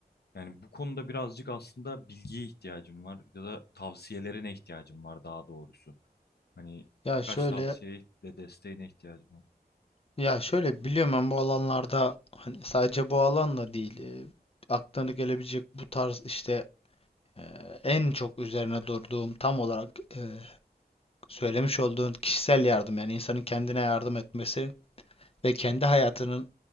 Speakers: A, on the left; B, on the left.
A: Yani bu konuda birazcık aslında bilgiye ihtiyacım var ya da tavsiyelerine ihtiyacım var daha doğrusu. Hani
B: Ya
A: birkaç
B: şöyle
A: tavsiye ve desteğine ihtiyacım var.
B: ya şöyle biliyorum ben bu alanlarda hani sadece bu alanla değil e, aklına gelebilecek bu tarz işte e, en çok üzerine durduğum tam olarak e, söylemiş olduğun kişisel yardım yani insanın kendine yardım etmesi ve kendi hayatının